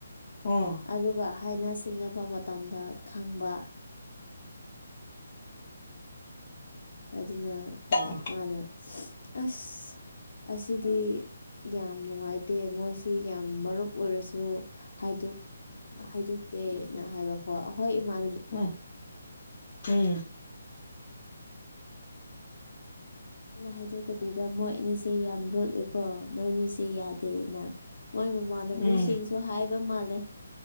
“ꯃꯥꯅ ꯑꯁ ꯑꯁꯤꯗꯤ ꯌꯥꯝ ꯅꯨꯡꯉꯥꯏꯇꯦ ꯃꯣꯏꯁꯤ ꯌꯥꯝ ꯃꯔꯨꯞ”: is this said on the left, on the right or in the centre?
Left